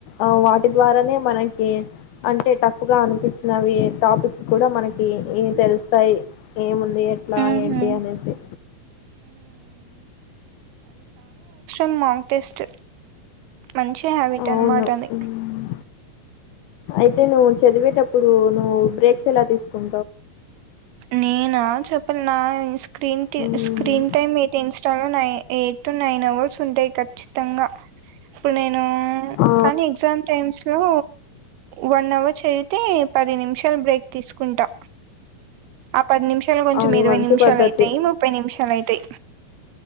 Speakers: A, on the left; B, on the right.
A: ఆ వాటి ద్వారానే మనకి, అంటే టఫ్గా అనిపించినవి, టాపిక్స్ కూడా మనకి ఏ తెలుస్తాయి ఏముంది అది ఎట్లా
B: హ్మ్
A: ఏంటి అనేసి
B: న్ మాంగ్ టెస్ట్ మంచి హ్యాబిట్
A: అవును.
B: అనమాట అది
A: హ్మ్. అయితే నువ్వు చదివేటప్పుడు నువ్వు బ్రేక్స్ ఎలా తీసుకుం
B: నేనా చెప్ పన్నా స్క్రీన్ కి
A: హ్మ్.
B: స్క్రీన్ టైమ్ ఎయితే ఇన్స్టాలో నై ఏ టూ నైన్ అవర్స్ ఉంటాయి ఖచ్చితంగా ఇప్పుడు నేను
A: ఆ!
B: కానీ ఎగ్జామ్ టైమ్స్ లో వన్ అవర్ చేదితే పది నిమిషాలు బ్రేక్ తీసుకుంటా అ పది నిమిషాలు కొంచెం
A: అది
B: ఇరవై
A: మంచి
B: నిమిషాలు
A: పద్ధతి.
B: అవుతాయి, ముప్పై నిమిషాలు అవుతాయి.